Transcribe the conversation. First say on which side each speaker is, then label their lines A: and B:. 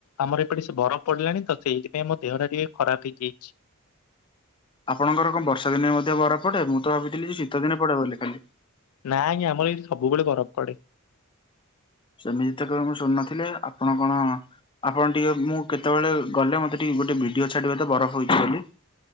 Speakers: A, on the left; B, on the left.
A: ଆମର ଏପଟେ ସେ ବରଫ ପଡ଼ିଲାଣି ତ, ସେଇଥିପାଇଁ ମୋ ଦେହ ଟା ଟିକେ ଖରାପ ହେଇଯାଇଛି।
B: ଆପଣଙ୍କର କଣ ବର୍ଷା ଦିନେ ମଧ୍ୟ ବରଫ ପଡେ, ମୁଁ ତ ଭାବିଥିଲି ଶୀତ ଦିନେ ପଡ଼େ ବୋଲି ଖାଲି।
A: ନାଁ ଆଜ୍ଞା, ଆମର ଏଠି ସବୁବେଳେ ବରଫ ପଡ଼େ।
B: ସେମିତି ତ କେବେ ମୁଁ ଶୁଣୁନଥିଲି, ଆପଣ କଣ? ଆପଣ ଟିକେ ମୁଁ କେତେବେଳେ ଗଲେ, ମତେ ଟିକେ ଗୋଟେ ଭିଡିଓ ଛାଡ଼ିବେ ତ, ବରଫ ହେଇଛି ବୋଲି।